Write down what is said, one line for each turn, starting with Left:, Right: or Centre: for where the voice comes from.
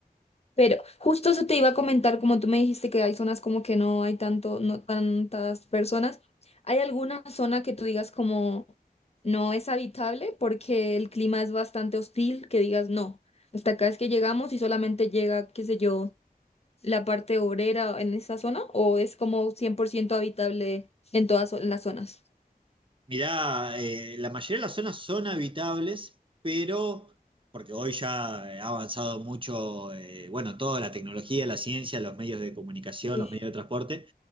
Left: Pero justo eso te iba a comentar, como tú me dijiste que hay zonas como que no hay tanto, no tantas personas. ¿Hay alguna zona que tú digas como no es habitable porque el clima es bastante hostil, que digas no, hasta acá es que llegamos y solamente llega, qué sé yo, la parte obrera en esa zona o es como 100% habitable en todas zo- en las zonas?
Right: Mirá, eh, la mayoría de las zonas son habitables, pero porque hoy ya ha avanzado mucho, eh, bueno, toda la tecnología, la ciencia, los medios de comunicación,
Left: Sí,
Right: los medios de transporte,